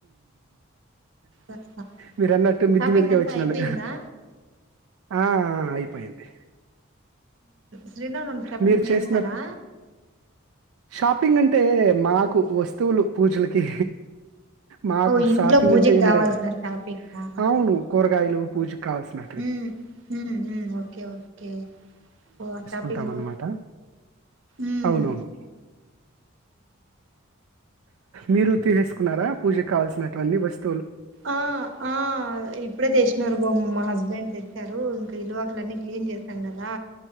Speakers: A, on the right (about 65°); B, on the right (about 80°).
A: వస్తా
B: మీరు అన్నట్టు మిద్దమీదికే
A: షాపింగ్ అంతా
B: వచ్చినాను
A: అయిపోయిందా
B: ఆ అ అయిపొయింది
A: శ్రీరామనవమికి షాపింగ్
B: మీరు చేసినప్పుడు
A: చేస్తారా
B: షాపింగ్ అంటే మాకు వస్తువులు పూజలకి మాకు
A: ఓ ఇంట్లో
B: షాపింగ్
A: పూజకి
B: అంటే ఏముండదు
A: కావాల్సిన షాపింగ్ ఆహ్
B: అవును కూరగాయలు పూజకు కావాల్సినటివి
A: మ్మ్ ఉమ్మ్ ఓకే ఓకే ఓ షాపింగు
B: ఉంటామన్నమాట
A: ఉమ్
B: అవునవును మీరు తీసేసుకున్నారా పూజకి కావాల్సినవంటి వస్తు
A: ఆ ఆ ఇప్పుడే చేసినారు మా హస్బెండ్ తెచ్చారు ఇంకా ఇల్లు వాకిలి అన్ని క్లీన్ చేసాం కదా